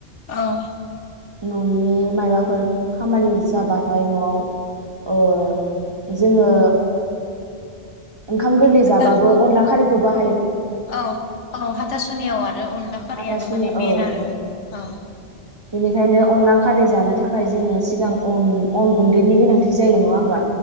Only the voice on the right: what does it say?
न'नि माबाफोर खामानि जाबाथाय न'आव ओ जोङो ओंखाम गोरलै
जाबो अनला खारै गोबा
हाथा सुनो
औ
औ
बेनिखायनो अनला खारै जानो थाखाय जोङो सिगां अन अन गुन्दैनि गोनांथि जायो नङा होमबा।